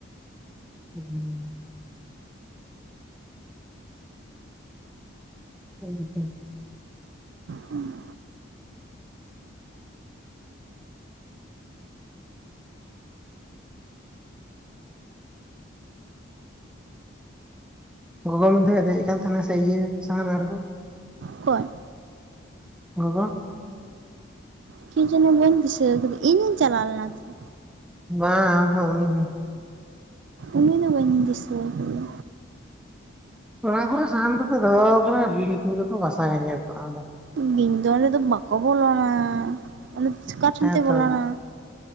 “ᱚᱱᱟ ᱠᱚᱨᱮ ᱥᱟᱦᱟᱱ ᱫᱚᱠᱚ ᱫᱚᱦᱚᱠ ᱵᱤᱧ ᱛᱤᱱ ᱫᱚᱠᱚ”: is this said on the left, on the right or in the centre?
Centre